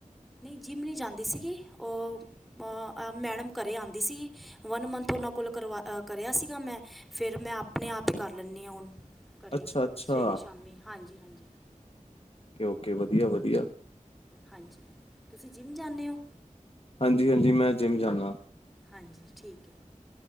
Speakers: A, in the centre; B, on the left.
A: ਨਹੀ ਜਿਮ ਨਹੀਂ ਜਾਂਦੀ ਸੀਗੀ, ਉਹ ਮੈਡਮ ਘਰੇ ਆਉਂਦੀ ਸੀ, ਵਨ ਮੰਥ ਉਹਨਾਂ ਕੋਲ ਕਰਿਆ ਸੀਗਾ ਮੈਂ, ਫਿਰ ਮੈਂ ਆਪ ਆਪਣੇ ਆਪ ਹੀ ਕਰ ਲੈਂਨੀ ਹਾਂ, ਹੁਣ ਘਰੇ
B: ਅੱਛਾ-ਅੱਛਾ,
A: ਸਵੇਰੇ ਸ਼ਾਮੀ ਹਾਂਜੀ- ਹਾਂਜੀ
B: ਓਕੇ -ਓਕੇ, ਵਧੀਆ- ਵਧੀਆ
A: ਹਾਂਜੀ, ਤੁਸੀਂ ਜਿਮ ਜਾਂਨੇ ਹੋ?
B: ਹਾਂਜੀ- ਹਾਂਜੀ, ਮੈਂ ਜਿਮ ਜਾਂਨਾ,
A: ਹਾਂਜੀ ਠੀਕ ਹੈ